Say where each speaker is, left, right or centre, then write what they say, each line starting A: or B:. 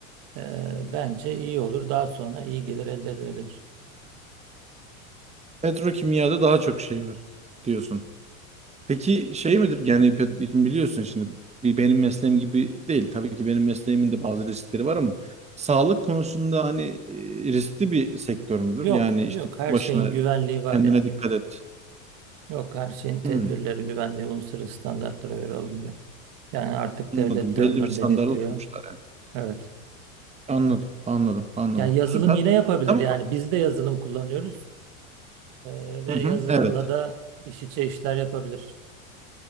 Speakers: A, on the right; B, on the right.
A: e, bence iyi olur. Daha sonra iyi gelir elde edilebilir.
B: Petrokimyada daha çok şey var diyorsun. Peki şey midir? Yani pet- şimdi biliyorsun şimdi bir benim mesleğim gibi değil. Tabii ki benim mesleğimin de bazı riskleri var ama sağlık konusunda hani e, riskli bir sektör müdür?
A: Yok,
B: Yani
A: yok
B: işte
A: her
B: başına
A: şeyin güvenliği var
B: kendine
A: yani.
B: dikkat et.
A: Yok her şeyin tedbirleri
B: Hmm,
A: güvenliği uluslararası standartlara göre alınıyor. Yani artık
B: anladım.
A: devlet de
B: Belli
A: onları
B: bir standarda
A: denetliyor.
B: oturmuşlar yani.
A: Evet.
B: Anladım, anladım, anladım.
A: Yani yazılım
B: Süper.
A: yine yapabilir.
B: Tamam.
A: Yani biz de yazılım kullanıyoruz. Ee, ve
B: Hı hı,
A: yazılımla
B: evet.
A: da iş içe işler yapabilir.